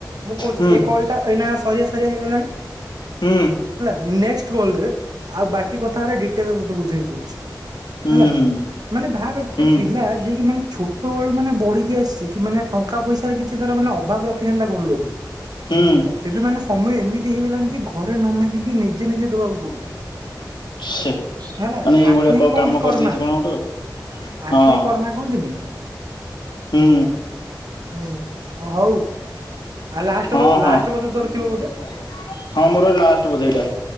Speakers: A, on the right; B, on the left.
A: ମୁଁ କହୁଛି
B: ହୁଁ
A: ଏ କଲ୍ ଟା ଏଇନା ସରିିଆ ସରିଆ ହେଇଗଲାଣି।
B: ହୁଁ।
A: ହେଲା ନେକ୍ସଟ୍ କଲ୍ ରେ, ଆଉ ବାକି କଥାଗୁରା ଡିଟେଲରେ ତତେ ବୁଝେଇ କହୁଛି।
B: ହୁଁ
A: ହେଲା, ମାନେ ଭାବେ ଗୋଟେ
B: ହୁଁ
A: ପିଲା ଯିଏକି ମାନେ ଛୋଟ ବେଳୁ ମାନେ ବଡ <unintelligible> ମାନେ ଟଙ୍କା ପଇସାରେ କିଛି ତାର ମାନେ ଅଭାବ ରଖିନାହାନ୍ତି ତା ଘର ଲୋକ।
B: ହୁଁ
A: ଏବେ ମାନେ ସମୟ ଏମିତି ହେଇଗଲାଣି କି, ଘରେ ନ ମାଗିକି ନିଜେ ନିଜେ ଦବାକୁ ପଡୁଛି।
B: ସେ
A: ହେଲା
B: ମାନେ ଏଇଭଳିଆ
A: ଆକୁ ହିଁ
B: କ
A: କହନ୍ତି
B: କାମ କରିଦେଇଛି
A: କର୍ମା।
B: କଣ ଗୋଟେ
A: ଆକୁ
B: ଆଉ
A: ହିଁ କର୍ମା କହନ୍ତିନି?
B: ହୁଁ।
A: ହୁଁ-ହଁ ହଉ। ଆଉ ଲାଷ୍ଟ
B: ହଁ-ହଁ-ହଁ
A: ଲାଷ୍ଟ ବୋଧେ ତୋର ଥିବ ବୋଧେ
B: ମୋର ଏ ଲାଷ୍ଟ ବୋଧେ ଏଇଟା?